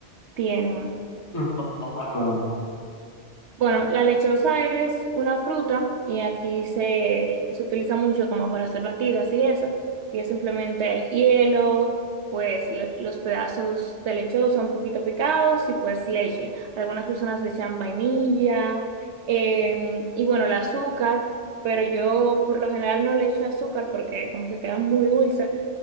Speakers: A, on the right; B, on the left.
A: tienen.
B: No, no me suena.
A: Bueno, la lechosa es una fruta y aquí se, se utiliza mucho como para hacer batidas y eso. Y es simplemente hielo, pues le- los pedazos de lechosa un poquito picados y pues leche. Algunas personas le echan vainilla em, y bueno, el azúcar, pero yo por lo general no le echo azúcar porque como que queda muy dulce,